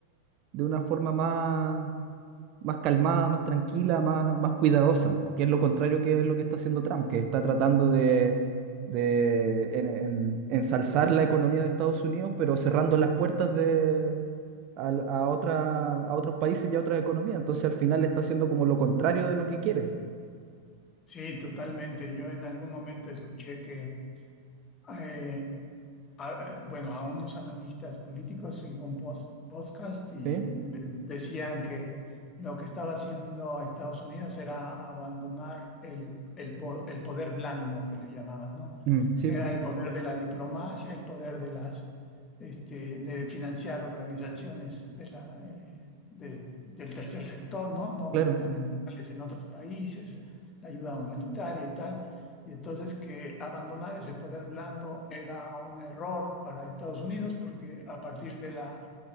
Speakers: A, on the right (about 40°); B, on the left (about 25°).
A: de una forma más, más calmada, más tranquila, más, más cuidadosa, que es lo contrario que es lo que está haciendo Trump, que está tratando de, de en- en- ensalzar la economía de Estados Unidos, pero cerrando las puertas de, al- a, otra, a otros países y a otras economías. Entonces al final está haciendo como lo contrario de lo que quiere.
B: Sí, totalmente. Yo en algún momento escuché que eh, a- a- bueno, a unos analistas políticos y un pos- podcast y
A: ¿sí?
B: de- decían que lo que estaba haciendo Estados Unidos era abandonar el, el, po- el poder blando que le llamaban, ¿no?
A: Mm, sí,
B: Que era el poder de la diplomacia, el poder de las, este, de financiar organizaciones de la, eh, de- del tercer sector, ¿no? No
A: claro,
B: gubernamentales en otros países, la ayuda humanitaria y tal y entonces que abandonar ese poder blando era un error para Estados Unidos porque a partir de la,